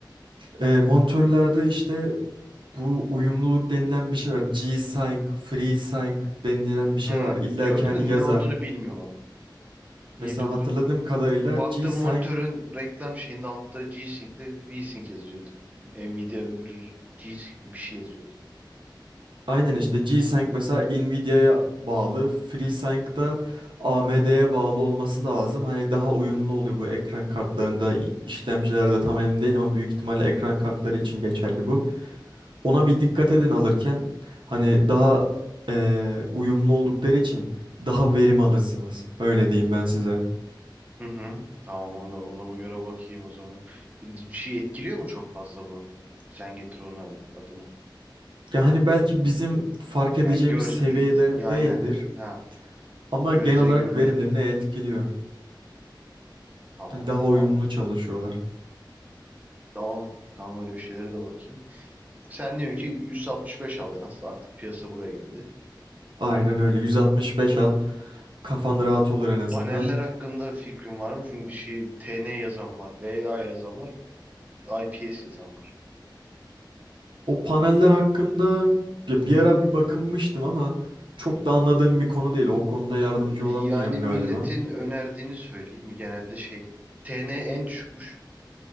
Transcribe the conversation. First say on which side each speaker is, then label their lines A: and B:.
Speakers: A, on the right; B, on the right.
A: e, monitörlerde işte bu uyumluluk denilen bir şey var. G-Sync, FreeSync denilen bir şey
B: Hmm,
A: var. İlla
B: gördüm
A: ki hani
B: de ne
A: yazar.
B: olduğunu bilmiyorum ama. Niye-
A: Mesela hatırladığım kadarıyla
B: Baktım
A: G-Sync
B: monitörün reklam şeyinde altta G-Sync ile V-Sync yazıyordu. Nvidia G-Sync bir şey yazıyordu.
A: Aynen işte G-Sync mesela Nvidia'ya bağlı, FreeSync da AMD'ye bağlı olması lazım. Hani daha uyumlu oluyor bu ekran kartlarında, i- işlemcilerde tam emin değilim ama büyük ihtimalle ekran kartları için geçerli bu. Ona bir dikkat edin alırken hani daha eee, uyumlu oldukları için daha verim alırsınız. Öyle diyeyim ben size.
B: Hı hı. Tamam ona, ona bu göre bakayım o zaman. Bir, bir şey etkiliyor mu çok fazla bu? Sen getir onu adını.
A: Ya hani belki
B: Tamam.
A: bizim fark edeceğimiz
B: Ya gör
A: seviyede
B: ya
A: değildir
B: aynen. Ha
A: ama
B: gözle
A: genel olarak
B: görülür.
A: verimlerini etkiliyor.
B: Tamam.
A: Hani daha uyumlu
B: Tamam.
A: çalışıyorlar.
B: Tamam. Tamam öyle bir şeylere de bakayım. Sen diyorsun ki 165 al en az. Artık piyasa buraya geldi.
A: Aynen öyle. 165 al. Kafan rahat olur en azından.
B: Paneller hakkında fikrim var mı? Çünkü bir şey TN yazan var, VA yazan var, IPS yazan var.
A: O paneller hakkında ya bir ara bir bakınmıştım ama çok da anladığım bir konu değil. O konuda yardımcı olamayacağım
B: Yani
A: galiba.
B: milletin önerdiğini söyleyeyim mi? Genelde şey, TN en düşükmüş.